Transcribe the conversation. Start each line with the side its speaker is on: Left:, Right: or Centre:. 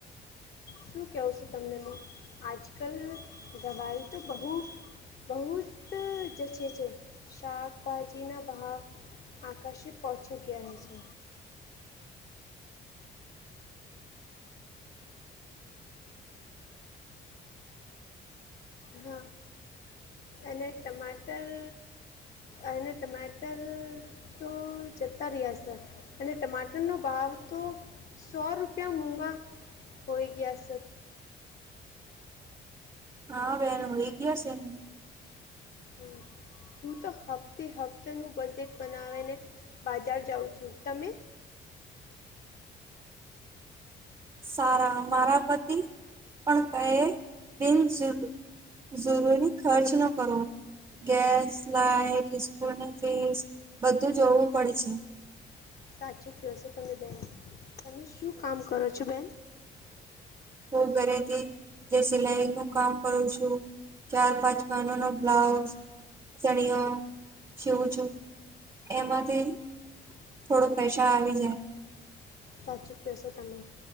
Left: શું કહેવું છું તમને, હું આજકાલ ગવારી તો બહુ બહુ જ જશે છે શાકભાજી ના ભાવ. આકાશી પહોંચી ગયા છે‌. હા, અને ટમાટર. અને ટમાટર તો જતા રહ્યા છે. અને ટમાટર નો ભાવ તો સો રૂપિયા મોઘા હોય ગયા છે.
Right: હા, બેહેનો હોય ગયા છેને.
Left: હમ, હું તો હપ્તે હપ્તાનું બજેટ બનાવેને. બાજાર જાઉં છું તમે.
Right: સારા, મારા પતિ પણ કહે, બિન જુલ. જરૂરી ખર્ચ ન કરો. ગેસ લાઈટ, સ્કૂલની ફીસ બધું જોવું પડે છે.
Left: સાચું કહો છો તમે, બેન. તમે શું કામ કરો છો, બેન?
Right: હું ઘરેથી જે સિલાઈ નું કામ કરું છું. ચાર-પાંચ બહેનો નો બ્લાઉઝ, ચણિયો સીવું છું. એમાંથી થોડો પૈસા આવી જાય.
Left: સાચું કહશો છો તમે,